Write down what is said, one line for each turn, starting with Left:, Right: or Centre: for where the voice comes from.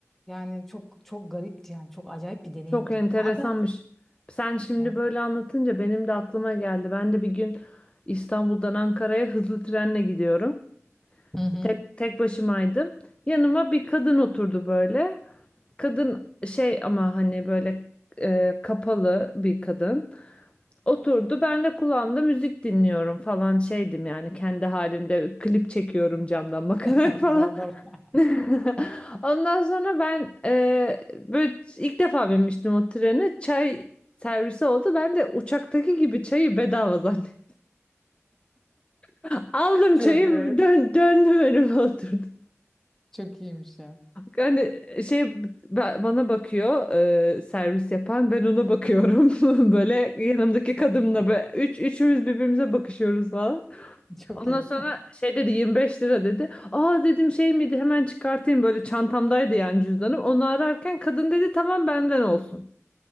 Centre: Yani çok çok garipti yani çok acayip bir deneyimdi.
Left: Çok enteresanmış.
Centre: Hala
Left: Sen şimdi
Centre: yani.
Left: böyle anlatınca benim de aklıma geldi. Ben de bir gün İstanbul'dan Ankara'ya hızlı trenle gidiyorum.
Centre: Hı hı.
Left: Tek, tek başımaydım. Yanıma bir kadın oturdu böyle. Kadın şey ama hani böyle e, kapalı bir kadın. Oturdu. Ben de kulağımda müzik dinliyorum falan şeydim yani kendi halimde klip çekiyorum camdan bakarak
Centre: <laughs>
Left: <laughs> falan.
Centre: Jandarma.
Left: <laughs> Ondan sonra ben e, böyle ilk defa binmiştim o trene. Çay servisi oldu. Ben de uçaktaki gibi çayı bedava zannettim. <laughs> Aldım
Centre: Çok
Left: çayı
Centre: iyi.
Left: dön, döndüm önüme oturdum.
Centre: Çok iyiymiş ya.
Left: Hani şey ba- bana bakıyor e, servis yapan ben ona bakıyorum. <laughs> Böyle yanımdaki kadınla
Centre: Ha.
Left: böyle üç, üçümüz birbirimize bakışıyoruz falan.
Centre: Çok
Left: Ondan
Centre: iyi.
Left: sonra şey dedi 25 lira dedi. Aa dedim şey miydi hemen çıkartayım böyle çantamdaydı yani cüzdanım. Onu ararken kadın dedi tamam benden olsun.